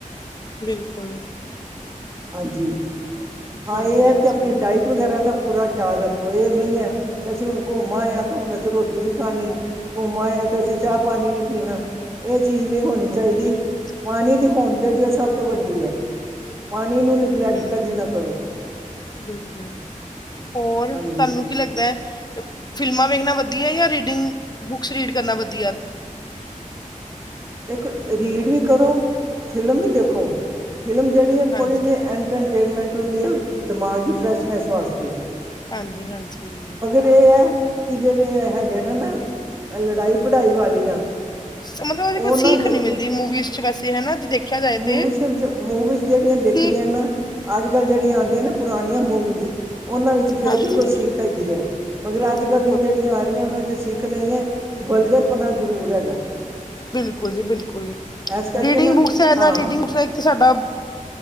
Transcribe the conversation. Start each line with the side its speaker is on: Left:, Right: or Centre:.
Left: ਬਿਲਕੁਲ।
Right: ਹਾਂਜੀ, ਹਾਂ
Left: ਹਾਂਜੀ
Right: ਏ ਐ
Left: ਹਾਂਜੀ
Right: ਕਿ ਅਪਣੀ ਡਾਇਟ। ਟੀ ਵਗੈਰਾ ਦਾ ਪੂਰਾ ਖਿਆਲ ਰੱਖੋ ਏ ਨਈ ਐ, ਕਿ ਅਸੀਂ ਹੁਣ ਘੁੰਮ ਆਏ ਆ ਤੇ ਅਸੀਂ ਹੁਣ ਰੋਟੀ ਨਈਂ ਖਾਣੀ। ਘੁੰਮ ਆਏ ਆਂ, ਤੇ ਅਸੀਂ ਚਾ ਪਾਣੀ ਨੀਂ ਪੀਣਾ। ਏ ਚੀਜ ਨੀਂ ਹੋਣੀ ਚਾਈਦੀ,
Left: ਬਿਲਕੁਲ
Right: ਪਾਣੀ ਦੀ ਹੋਂਦ ਜੇੜੀ ਔ ਸਭ ਤੋਂ ਵੱਡੀ ਐ। ਪਾਣੀ ਨੂੰ
Left: ਹਮ,
Right: ਕਰੋ
Left: ਬਿਲਕੁਲ, ਹੋਰ
Right: ਹਾਂਜੀ
Left: ਤਾਨੂੰ ਕੀ ਲੱਗਦਾ? ਫਿਲਮਾਂ ਵੇਖਣਾ ਵੱਧੀਆ ਯਾਂ ਰੀਡਿੰਗ, ਬੁਕਸ ਰੀਡ ਕਰਨਾ ਵੱਧੀਆ?
Right: ਦੇਖੋ ਰੀਡ ਵੀ ਕਰੋ, ਫਿਲਮ ਵੀ ਦੇਖੋ, ਫਿਲਮ ਜਹੜੀ ਹੈ ਥੋੜ੍ਹੀ
Left: ਹਾਂਜੀ
Right: ਜਿਹੀ ਐਂਟਰ ਟੇਨਮੈਂਟ ਹੁੰਦੀ ਹੈ ਦਿਮਾਗ ਦੀ ਫਰੈਸ਼ਨੈਸ ਵਾਸਤੇ।
Left: ਹਾਂਜੀ - ਹਾਂਜੀ ਈਈਈ
Right: ਤੇ ਇਹ ਹੈ ਕਿ ਜਿਹੜੇ ਹੈਗੇ ਨੇ ਨਾ ਲੜਾਈ ਪੜਾਈ ਵਾਲੀਆਂ।
Left: ਸਮਝੋ ੲੈਵੇ
Right: ਉਹ
Left: ਕੋਈ ਸੀਖ
Right: ਨਾ ਦੇਖੋ
Left: ਨੀ ਮਿਲਦੀ ਮੂਵੀਜ਼ ਚ ਵੈਸੇ ਹਨਾ ਜੇ ਦੇਖਿਆ ਜਾਏ
Right: ਮੂਵੀਜ਼
Left: ਤੇ
Right: ਦੇ ਵਿੱਚ ਮੂਵੀਜ਼ ਜਿਹੜੀਆਂ ਦੇਖਣੀਆਂ
Left: ਸੀਖ
Right: ਨੇ ਅੱਜ ਕੱਲ ਜਿਹੜੀਆਂ ਆਉਂਦੀਆਂ ਨਾ ਪੁਰਾਣੀਆਂ ਮੂਵੀਜ਼ ਔਹਨਾਂ ਵਿੱਚ ਫੇਰ
Left: ਹਾਂਜੀ
Right: ਵੀ ਕੁਛ ਸਿੱਖ ਹੈਗੀ ਹੈ ਮਗਰ ਅੱਜ
Left: ਬਿਲਕੁਲ
Right: ਕੱਲ੍ਹ ਦੀ ਜਿਹੜੀਆਂ ਆ ਰਹੀਆਂ ਔਹਨਾਂ ਚ ਸਿੱਖ ਨਹੀਂ ਹੈ, ਵਲਗਰਪੁਣਾ ਜ਼ਰੂਰ ਹੈਗਾ।
Left: ਬਿਲਕੁਲ ਜੀ ਬਿਲਕੁਲ ਜੀ
Right: ਇਸ ਕਰਕੇ
Left: ਰੀਡਿੰਗ
Right: ਨਾ
Left: ਬੁੱਕਸ ਹੈ,
Right: ਹਾਂ
Left: ਰੀਡਿੰਗ ਬ ਇੱਕ ਸਾਡਾ